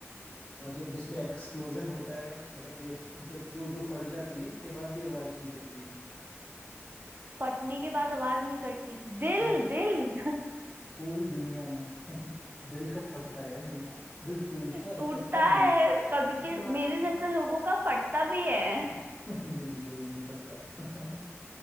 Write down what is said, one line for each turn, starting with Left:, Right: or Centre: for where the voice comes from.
Left: मतलब जिसमें एक्सप्लोजन होता है मतलब ये जब जो जो फट जाती है उसके बाद भी आवाज नहीं करती है
Right: फटने के बाद आवाज नहीं करती दिल
Left: हाँ
Right: दिल
Left: पूरी दुनिया में <laughs> दिल कब फटता है यार दिल को दिल टूटता
Right: <laughs> टूटता
Left: है फटता नहीं
Right: है
Left: है
Right: कभी के
Left: हाँ
Right: मेरे जैसे लोगों का फटता भी है
Left: <laughs> नहीं दिल नहीं फटता <laughs>